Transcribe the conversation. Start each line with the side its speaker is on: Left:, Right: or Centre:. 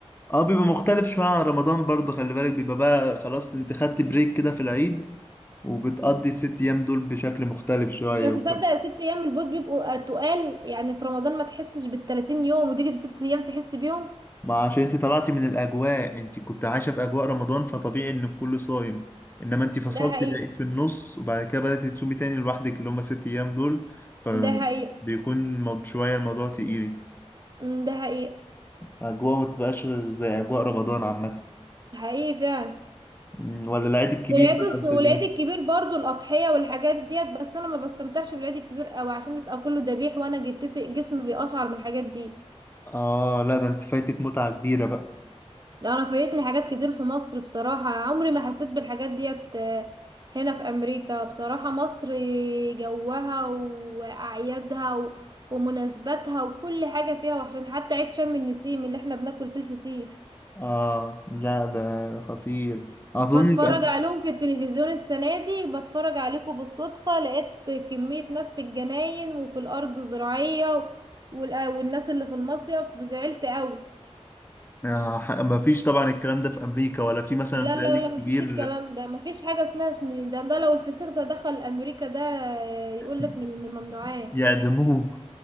Left: اه بيبقى مختلف شوية عن رمضان برضه خلي بالك بيبقى بقى خلاص انت خدت بريك كده في العيد وبتقضي الست أيام دول بشكل مختلف شوية
Right: بس صدق ست ايام البوت بيبقوا تقال يعني في رمضان ما تحسش بالتلاتين يوم وتيجي في ست ايام تحس بيهم
Left: ما عشان انت طلعتي من الاجواء انت كنت عايشه في اجواء رمضان فطبيعي ان الكل صايم انما انت فصلت
Right: ده حقيقي
Left: لقيت في النص وبعد كده بدأتي تصومي تاني لوحدك اللي هم ست ايام دول فبيكون
Right: ده حقيقي
Left: مو- شويه الموضوع تقيل
Right: أمم، ده حقيقي
Left: اجواء ما تبقاش زي اجواء رمضان عامه
Right: حقيقي فعلا
Left: مم، ولا العيد الكبير
Right: والعيد
Left: بقى
Right: الص-
Left: قبل
Right: والعيد
Left: كده
Right: الكبير برضو الأضحية والحاجات ديت بس أنا ما بستمتعش بالعيد الكبير قوي عشان بيبقى كله ذبيح وأنا جتتي جسمي بيقشعر من الحاجات دي
Left: اه لا ده انت فايتك متعه كبيره بقى
Right: ده أنا فايتني حاجات كتير في مصر بصراحة عمري ما حسيت بالحاجات ديت آه، هنا في أمريكا بصراحة مصر جوها وأعيادها و- ومناسباتها وكل حاجة فيها وعشان حتى عيد شم النسيم اللي احنا بناكل فيه الفسيخ
Left: اه لا ده خطير اظن
Right: بتفرج
Left: في أم...
Right: عليهم في التلفزيون السنة دي بتفرج عليكم بالصدفة لقيت ك- كمية ناس في الجناين وفي الأرض الزراعية والأ- والناس اللي في المصيف زعلت قوي
Left: آه ح- ما فيش طبعا الكلام ده في امريكا ولا في مثلا
Right: لا
Left: في العيد
Right: لا لا
Left: الكبير
Right: مفيش الكلام ده مفيش حاجة اسمها شن- ده ده لو الفسيخ ده دخل أمريكا ده يقولك
Left: آه،
Right: من من الممنوعات
Left: يعدموه